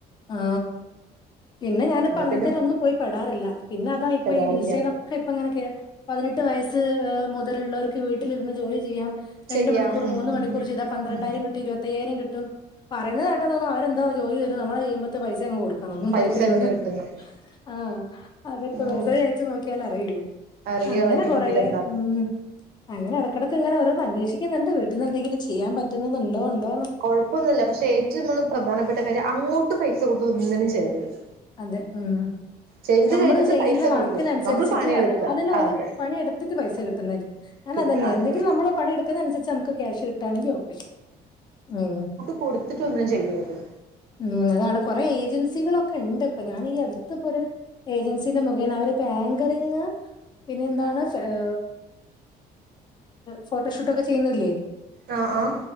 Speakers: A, on the left; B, on the right.
A: ആ പിന്നെ ഞാനിപ്പോ
B: എന്നാ
A: അങ്ങൻത്തെനൊന്നും
B: പിന്നെ
A: പോയി പെടാറില്ല പിന്നെതാ ഇപ്പൊ
B: പെടാറില്ല
A: ഈ ഇൻസ്റ്റെലൊ ക്കെ പ്പങ്ങനെ കേൾ പതിനെട്ട് വയസ്സ് മുതലുള്ളവർക്ക് വീട്ടിലിരുന്ന് ജോലി ചെയ്യാം രണ്ട്
B: ചെയ്യാം
A: മണിക്കൂർ
B: ഉം
A: മൂന്ന് മണിക്കൂറ്
B: ഉം ഉം
A: ചെയ്താ പന്ത്രണ്ടായിര
B: ഉം
A: കിട്ടും ഇരുപത് ത്തയ്യായിരം കിട്ടും പറയുന്നത് കേട്ടാ തോന്നും അവരെന്തോ ജോലി തെരും നമ്മളെ മ്പത്തെ പൈസ അങ്ങ് കൊട്ക്കണം <unintelligible>
B: പൈസ
A: തെരുംന്ന്
B: അങ്ങട് കിട്ടുന്നു
A: ആ അതാപ്പൊ
B: ഉം
A: മെസ്സേജ് അയച്ച് നോക്കി ക്ക്യാലറിയുള്ളൂ
B: അറിയായിരിക്കും
A: അങ്ങനെ കൊറേ
B: മുകിലെന്താ
A: ഉം അങ്ങനെ എടക്കെടക്ക് ങ്ങനെ ഓരോന്ന് അന്വേഷിക്ക്‌ന്ന്ണ്ട് വീട്ട്ന്നെന്തെങ്കിലും ചെയ്യാൻ പറ്റുന്നത്ണ്ടോ ണ്ടോന്ന്
B: കൊഴപ്പൊന്നുല്ല പക്ഷേ ഏറ്റവും നമ്മള് പ്രധാനപ്പെട്ട കാര്യം അങ്ങോട്ട് പൈസ കൊടുത്ത് ഒന്നിനും ചേരരുത്
A: അതെ ഉം
B: ചെയ്ത്
A: നമ്മള്
B: കഴിഞ്ഞിട്ട്
A: ചെയ്യുന്ന
B: പൈസ ഇങ്ങട്
A: വർക്കിനൻസരിച്ചിട്ട്
B: തരിക നമ്മള് പണിയെടുക്കുക
A: അതെ അതിനൊരു
B: അതെ
A: പണിയെടുത്തിട്ട് പൈസ കിട്ടുന്നൊര് ഞാൻ
B: കിട്ടുക
A: അതെന്നെ
B: അതെ
A: എന്തെങ്കിലും
B: അതെ
A: നമ്മള് പണിയെടുക്കുന്നൻസരിച്ച് നമുക്ക് ക്യാഷ് കിട്ടാണെങ്കി ഓക്കെ ഉം
B: കൊട്ത്ത്ട്ടൊന്നും ചെയ്യര്ത്
A: ഉം അതാണ് കൊറെ ഏജൻസികളൊക്കെണ്ട്പ്പൊ ഞാനീ അട്ത്ത്പ്പൊര് ഏജൻസിന്റെ മുഖേന അവരിപ്പോ ആങ്കറിങ് പിന്നെ എന്താണ് ഫാ ഏ ഫോട്ടോഷൂട്ടൊക്കെ ചെയ്യുന്നില്ലേ
B: ആ ആ